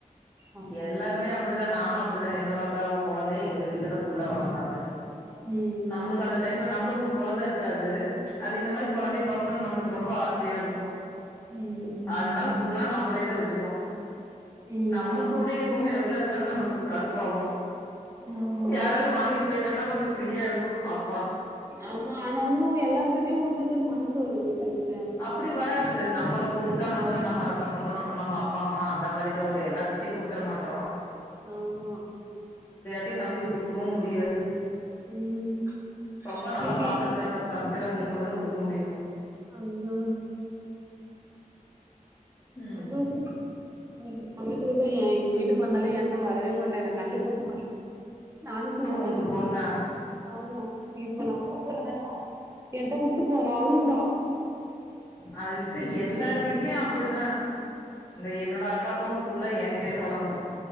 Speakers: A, on the right; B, on the left.
A: அவ தான்.
B: எல்லாருமே அப்டிதா நானும் அப்டிதா என்னோட அக்காவு கொழந்தையு எங்க வீட்லதா ஃபுல்லா வளந்தாங்க
A: ம்.
B: நம்ளுக்கு அந்த டைம்ல நம்ளுக் கு கொழந்தருக்காது அது இந்த மாறி கொழந்தைய பாக்கும் போது நம்ளுக்கு ரொம்ப ஆசையாருக்கு
A: ம்.
B: அதனால ஃபுல்லா நம்மளேதா வச்சுப்போ
A: ம்.
B: நம்ம கூட எப்போமே ரெகுலருக்கான நம்மளுக்கு கொஞ்ச கடுப்பாவு
A: ஆமா.
B: யாராவது வாங்கிட்டு போயிட்டாங்கனா கொஞ்ச ஃப்ரீயாருக்கு அப்
A: ஆமா ஆனாலு எல்லார் கிட்டயு உட்றதகு மனசு வராது சிஸ்
B: அப்டி வராது நம்மளுக்கு ஒருத்தானவங்க நம்ம ரத்த சொந்த நம்ம அப்பா அம்மா அந்த மாறிதா வரு எல்லாத்துக்கிட்டியு குடுத்தற மாட்டோ
A: ஆமா
B: தி நம்பி குடுக்கவும் முடியாது
A: ம்
B: ரொம்ப நல்லா
A: இப்டி
B: பாத்திருக்கே பாத்துக்கறவங்களுக்கு மட்டுந்தா குடுக்க முடியு
A: அதுதா <unintelligible>
B: ம்
A: தங்கச்சி வெவ்வே ஏ வீட்டுக்கு வந்தாலே ஏன்ட வரவே மாட் ட்டா என்ன கண்டுக்கோட மாட்டா நானு தூங்கமாட்
B: உங்க
A: <unintelligible>
B: பொண்ணா
A: ஆமா இப்ப நா கூப்புர்றே ஏன்ட்ட வுட்டுப் போறா அழுவ்றா
B: அதுகித்த எல்லார் வீட்லியு அப் ப்புடிதா இந்த என்னோட அக்கா பொண்ணு ஃபுல்லா எங்கிட்டியேதா வளந்தா